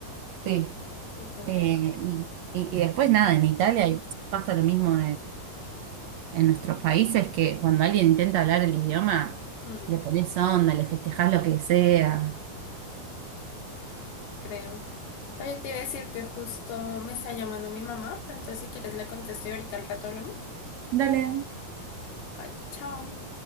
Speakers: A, on the right; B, on the left.
A: Sí.
B: sí, te entiendo.
A: Eh, y, y- y después nada, en Italia y pasa lo mismo en nuestros países que cuando alguien intenta hablar el idioma,
B: Mm,
A: le pones onda, le festejás lo que sea.
B: creo. Oye, te iba a decir que justo me está llamando mi mamá, pero entonces si quieres le contesto y ahorita al rato hablamos.
A: Dale.
B: Vale, chao.